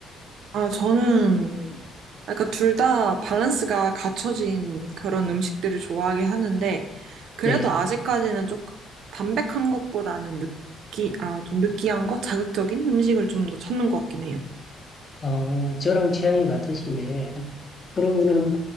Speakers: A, on the right (about 70°); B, on the left (about 30°).
A: 아, 저는 약간 둘 다 밸런스가 갖춰진 그런 음식들을 좋아하긴 하는데 그래도
B: 예.
A: 아직까지는 조금 담백한 것보다는 느끼, 아, 좀 느끼한 거? 자극적인 음식을 좀 더 찾는 것 같긴 해요.
B: 어, 저랑 취향이 같으시네. 그러면은